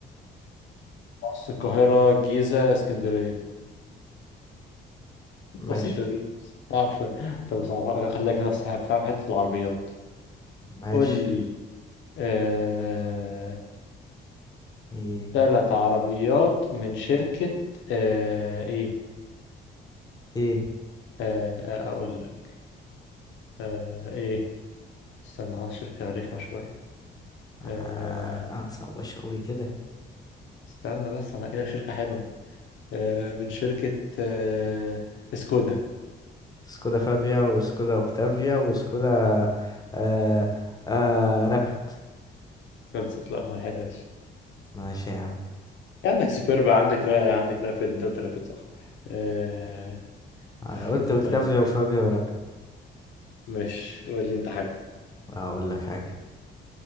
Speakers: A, on the left; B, on the left.
A: مصر القاهرة الجيزة اسكندرية
B: ماشي
A: بسيطة دي صعب شوية طب صعب خليك في نفس ح- في حتة العربيات
B: ماشي
A: قول لي آه...
B: ايه
A: تلات عربيات من شركة آه... ايه
B: ايه
A: آه... آه، اقول لك آه... ايه استنى على شركة رخمة شوية
B: آه،
A: آه...
B: هتصعبش قوي كده
A: استنى بس انا لك شركة حلوة آه... من شركة آه... سكودا
B: سكودا فابيا وسكودا اوكتافيا وسكودا آه آه رابid
A: خلصت لا ما لحقتهاش
B: ماشي يا عم
A: عندك سوبربا عندك را... عندك رابيد انت قلت رابيد صح آه...
B: انا قلت
A: إيه
B: اوكتافيا
A: طيب
B: وفابيا ورابد
A: ماشي قول لي انت حاجة
B: هقول لك حاجه